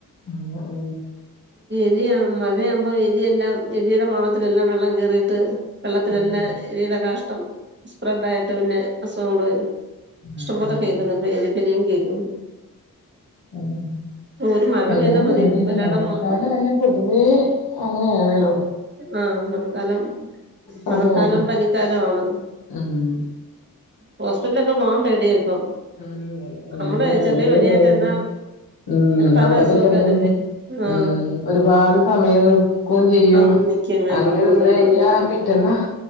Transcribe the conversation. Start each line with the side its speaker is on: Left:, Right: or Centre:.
Left: ആ ഉ
Right: എലിയ മഴയാകുമ്പോ എലിയെല്ലാം എലിയുടെ മാളത്തിലെല്ലാം വെള്ളം കേറിയിട്ട് വെള്ളത്തിലല്ലാം
Left: ഉം
Right: എലിയുടെ കാഷ് അം സ്പ്ര ഡ യിട്ട് പിന്നെ <unintelligible>
Left: ഉം
Right: ഇഷ്ടം പോലെ
Left: ഉം
Right: കേക്കുന്ന പേര് പിന്നെയും കേക്ക്‌ന്ന്
Left: അതന്നെ
Right: ഒരു മഴ
Left: എല്ലാം
Right: പെയ്താൽ മതി
Left: പേടിയെന്നെ
Right: ഒരാടം
Left: മഴക്കാലായാ പൊതുവേ അങ്ങനേണലൊ
Right: ആഹ് മഴക്കാലം
Left: സമയാണ്
Right: മഴക്കാലം പനിക്കാലആണ്.
Left: ആഹ്
Right: ഹോസ് റ്റ്ലൊക്കെ പോവാൻ പേടിയാ ഇപ്പം
Left: ഉംഹ്
Right: നമ്മള്
Left: എന്നെ പലേ
Right: ചെറിയ പനിയായിട്ട്
Left: രോഗം
Right: എന്നാ
Left: ഉംഹ്
Right: പല
Left: അവടെക്കെചെന്ന്
Right: അസുഖക്കാരില്ലേ
Left: കഴിഞ്ഞ.
Right: ആഹ്
Left: ഉംഹ് ഒരുപാട് സമയം നിക്കും ചെയ് യ്യും
Right: ആഹ് നിക്കും വേണം
Left: അങ്ങനെ നിന്ന്
Right: അതാണ്
Left: കഴിഞ്ഞാ പിറ്റന്നഹ്